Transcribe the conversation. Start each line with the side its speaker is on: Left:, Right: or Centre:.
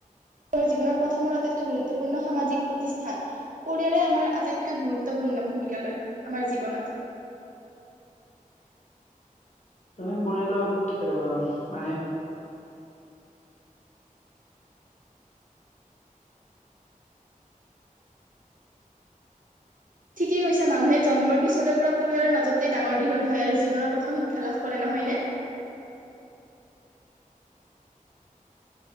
Right: <unintelligible> জীৱনৰ প্ৰথম আটাইতকৈ গুৰুত্বপূৰ্ণ সামাজিক প্ৰতিষ্ঠান। পৰিয়ালে আমাৰ আটাইতকৈ গুৰুত্বপূৰ্ণ ভূমিকা লয় আমাৰ জীৱনত।
Left: তুমি পৰিয়ালত আহ মানে
Right: ঠিকেই কৈছা মানুহে জন্মৰ পিছৰে পৰা পৰিয়ালৰ মাজতেই ডাঙৰ দীঘল হয় আৰু জীৱনৰ প্ৰথম শিক্ষা লাভ কৰে নহয়নে।